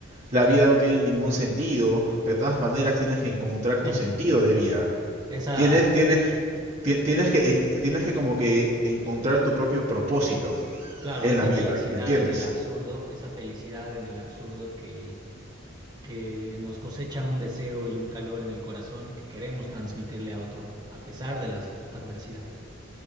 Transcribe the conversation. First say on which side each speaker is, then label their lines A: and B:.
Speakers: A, on the right; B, on the right.
A: La vida no tiene ningún sentido. De todas maneras, tienes que encontrar
B: <laughs>
A: tu sentido de vida.
B: Esa,
A: Tienes, tienes,
B: eh,
A: ti- tienes
B: en-
A: que, en- tienes que como que encontrar tu propio propósito
B: claro,
A: en
B: esa
A: la vida,
B: felicidad
A: ¿me entiendes?
B: en el absurdo, esa felicidad en el absurdo que que nos cosecha un deseo y un calor en el corazón que queremos transmitirle a otro, a pesar de las adversidades.